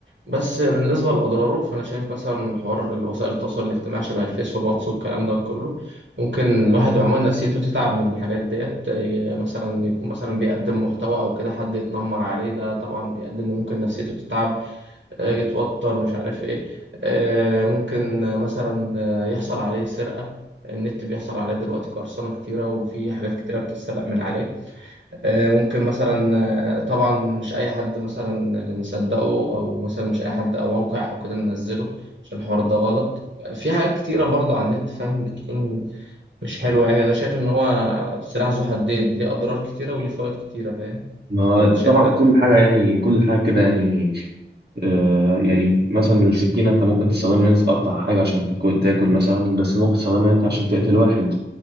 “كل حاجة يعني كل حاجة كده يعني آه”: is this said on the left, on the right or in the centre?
Right